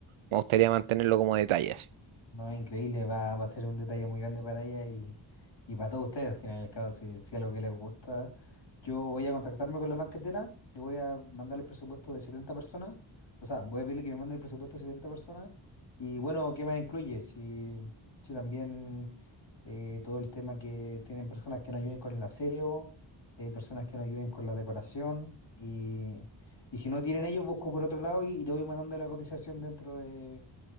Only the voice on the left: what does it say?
No, increíble, va, va a ser un detalle muy grande para ella y, y para todos ustedes, al final del cabo, si, si algo que les gusta. Yo voy a contactarme con la banquetera, le voy a mandar el presupuesto de 70 personas, o sea, voy a pedirle que me mande el presupuesto de 70 personas y bueno, ¿qué más incluye? Si, si también eh, todo el tema que tienen personas que nos ayuden con el aseo, eh, personas que nos ayuden con la decoración y, y si no tienen ellos, busco por otro lado y, y te voy mandando la cotización dentro de